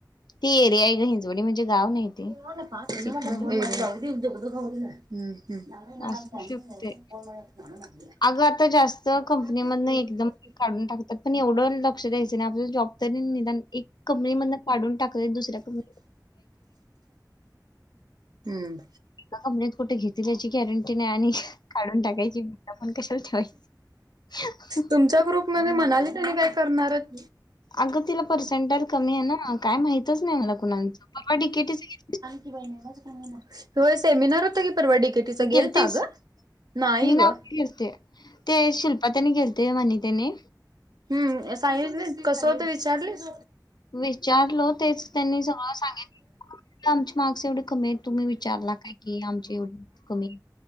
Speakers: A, on the left (about 75°); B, on the right (about 70°).
A: ती एरियाय ग. हिंजवडी म्हणजे गाव नाही. ते
B: मला
A: सिटी नाही.
B: पागदी खा <inaudible>
A: असू शकते
B: हम्म हम्म.
A: अगं आता जास्त
B: <inaudible>
A: कंपनीमधन एकदम काढून टाक त्यात पण एवढं लक्ष द्यायचं नाही. आपला जॉब तरी निदान एक कंपनी मधन काढून टाकलत दुसऱ्या कंपनी
B: हम्म.
A: एका <unintelligible> कुठ घेत दिल्याची गॅरंटी नाय आणि काढून टाकायची भी आपण कशाला ठेवायची.
B: तुमच्या ग्रुप मध्ये मणाली त्यांनी काय करणारयेत
A: अग तिला पर्सेंटेर कमी ये ना काय माहितच नाय मला कुणाचं परवा डी के टीच <unintelligible>
B: वहिनींनाच घेऊ म होय सेमिनार होता की परवा डी के तिचा
A: गेलतीस?
B: गेलता ग नाई
A: मी नव्हती
B: ग
A: गेलते ते शिल्पा त्यानी गेलते म्हनी त्यानी
B: हम्म साईज नाय कसं होतं विचारलीस
A: विचारलो तेच त्यांनी सगळं सांगित आमचे मार्क्स एवढे कमी येत तुम्ही विचारला काय की आमचे एवढे कमी